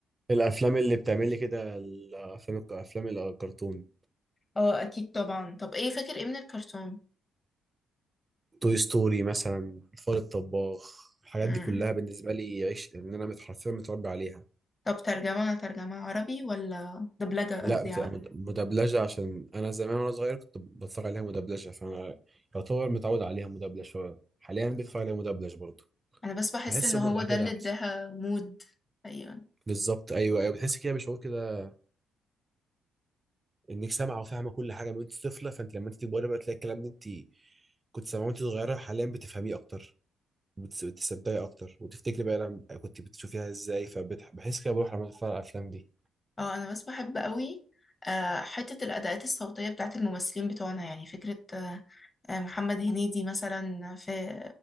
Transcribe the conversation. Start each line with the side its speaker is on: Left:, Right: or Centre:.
Right: الافلام اللي بتعمل لي كده الافلام افلام الكرتون
Left: اه اكيد طبعا طب ايه فاكر ايه من الكرتون
Right: توي ستوري مثلا الفار الطباخ الحاجات
Left: امم
Right: دي كلها بالنسبه لي عيش ان انا مت- حرفيا متربي عليها
Left: طب ترجمة ترجمة عربي ولا دبلجة
Right: لا
Left: قصدي
Right: بتبقى
Left: ع-
Right: مد- مدبلجه عشان انا زمان وانا صغير كنت بتفرج عليها مدبلجه فانا يعتبر متعود عليها مدبلجه حاليا بتفرج عليها مدبلج برضه
Left: انا بس بحس
Right: بحس
Left: ان
Right: المتعه
Left: هو ده
Right: كده
Left: اللي
Right: احسن
Left: اداها مود ايوه
Right: بالظبط ايوه ايوه بتحس كده بشعور كده انك سامعه وفاهمه كل حاجه من وانت طفله فانت لما انت تكبري بقى تلاقي الكلام ده انت كنت سامعاه وانت صغيره حاليا بتفهميه اكتر بتس- بتستمتعي اكتر وتفتكري بقى لما كنت بتشوفيها ازاي فبحس كده بروح لما اتفرج على الافلام دي
Left: اه انا بس بحب قوي آه، حتة الأداءات الصوتية بتاعت الممثلين بتوعنا يعني فكرة آه، آه، محمد هنيدي مثلا في